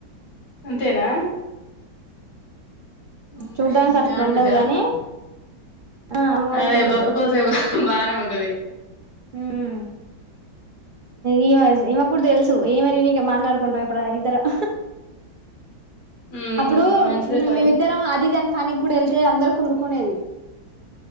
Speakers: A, on the left; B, on the right.
A: అంతేనా మ్మ్
B: చూడ్డానికి అట్లు
A: ఆడబిడ్డ
B: ఉండదు గాని ఆ అణువణువు
A: అదే
B: కుళ్ళు
A: బొక్క
B: ఉంటది
A: పులుసు బానే ఉంటది
B: ఊమ్ ఈమె ఈమెకూడా తెలుసు ఈమె నేనిగా మాట్లాడుకుంటం ఎప్పుడైనా ఇద్దరమ్
A: ఉహు
B: అప్పుడు
A: మంచిదే పట్టు
B: మేమిద్దరం అది ఇదని పనికి కూడా ఏళ్తే అందరు కుళ్ళుకునేవి